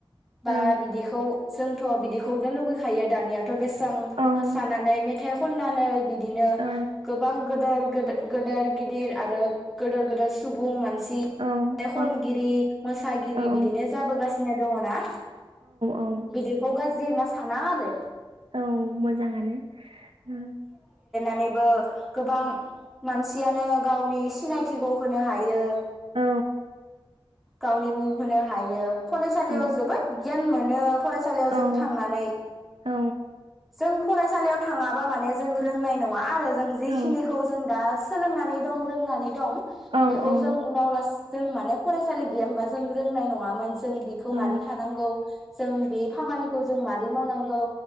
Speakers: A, in the centre; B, on the right.
A: बा
B: औ
A: बिदिखौ जोंथ बिदिखौनो लुुबैखायो दानिया बेसां
B: औ
A: मोसानानै मेथाय खननानै बिदि बिदिनो
B: औ
A: गोबां गोेदोर गोदो गोदोर गिदिर आरो गिदोर गेदोर सुबुं मानसि सि
B: औ
A: थाइ खनगिरि मोसागिरि
B: औ
A: बिदिनो जाबोगासिनो। सिनो दङ ना?
B: औ
A: बिदिखौ गाज्रि होन साना आरो।
B: औ मोजाङानो उम।
A: नैबो गोबां सियानो गावनि सिनायथिखौ होनो हायो।
B: औ।
A: गावनि मुं होनो हायो। फरायसालियाव
B: औ
A: जोबोद गियान मोनो फरायसालियाव जों
B: औ
A: थांनानै
B: औ
A: जों फरायसालियाव थाङाबा माने जों रोंनाय नङा आरो। जों जिखिनिखौ
B: औ
A: जों दा सोलोंनानै दं रोंनानै दं।
B: औ
A: बेखौ
B: औ
A: जों उनाव लास जों माने फरायसालि गैया होनबा जों रोंनाय नङामोन। जों बेखौ
B: औ ओ
A: मारै थानांगौ जों बे खामानिखौ जों मार रै मावनांगौ